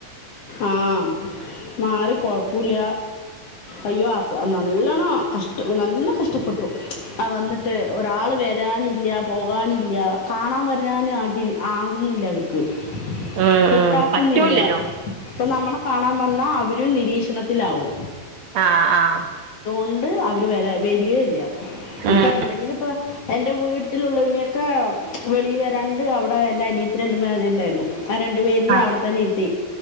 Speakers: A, on the left (about 55°); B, on the right (about 70°).
A: ആഹ് മാറി കൊഴപ്പൂല്ല അയ്യോ അ നല്ലണം കഷ നല്ല കഷ്ടപ്പെട്ടു. ആ വന്നിട്ട് ഒരാള് വരാന് ഇല്ല പോകാനില്ല കാണാൻ വരാനും ആകി ആകുന്നില്ല അവർക്ക്.
B: ഉം
A: വിട്ടാക്കുന്നില്ല.
B: ഉം പറ്റൂലല്ലോ
A: അപ്പൊ നമ്മളെ കാണാൻ വന്ന അവരു നിരീക്ഷണത്തിലാവും
B: ആഹ് ആഹ്
A: കൊണ്ട് അവര് വരാ വരികെ ഇല്ല
B: ഉം
A: ഇപ്പൊ എന്തെങ്കിലും ഇപ്പോ എന്റെ വീട്ടിലുള്ളതിനെ ഒക്ക വെളി വാ രാണ്ട് അവിടെ എന്റെ അനിയത്തി രണ്ട് മാര് ഉണ്ടായിരുന്നു ആ രണ്ടു പേര്നെ
B: ആ
A: അവിടെത്തന്നെ ഇരുത്തി